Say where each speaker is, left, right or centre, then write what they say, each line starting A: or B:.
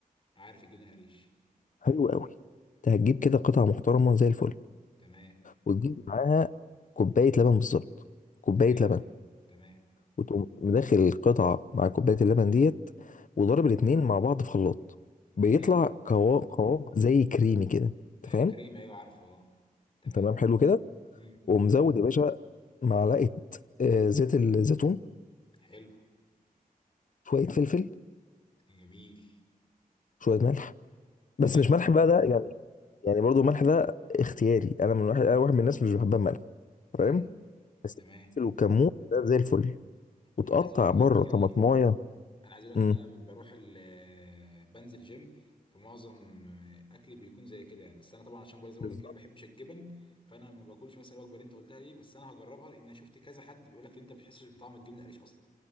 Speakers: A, on the left; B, on the left.
A: عارف الجبنه قريش
B: حلو قوي انت هتجيب كده قطعه محترمه زي الفل
A: تمام
B: وتجيب معاها كوبايه لبن بالظبط كوبايه
A: تمام
B: لبن
A: تمام
B: وتقوم داخل القطعة مع كوباية اللبن ديت وضرب الاتنين مع بعض في خلاط بيطلع
A: حلو
B: قوام قوام زي كريمي كده انت
A: ايوه
B: فاهم
A: كريم ايوه عارفه اه تمام
B: تمام حلو كده
A: امم
B: ومزود يا باشا معلقة آه، زيت الزيتون
A: حلو
B: شوية فلفل
A: جميل
B: شوية ملح بس
A: حلو
B: مش ملح
A: تمام
B: بقى ده يعني يعني برضو الملح ده اختياري انا من واحد انا واحد من الناس مش بحبها الملح فاهم
A: امم
B: بس
A: تمام
B: الفلفل والكمون ده زي الفل وتقطع
A: انا عايز اقول
B: بره
A: لك يعني
B: طماطمايه
A: انا عايز اقول لك
B: امم
A: ان انا بروح ال- بنزل جيم فمعظم اكلي بيكون زي كده يعني بس انا طبعا عشان بقول زي ما
B: بالظبط
A: بقول لك أنا ما بحبش الجبن فانا ما باكلش مثلا الوجبه اللي انت قلتها دي بس انا هجربها لان انا شفت كذا حد بيقول لك ان انت ما بتحسش بطعم الجبنه القريش اصلا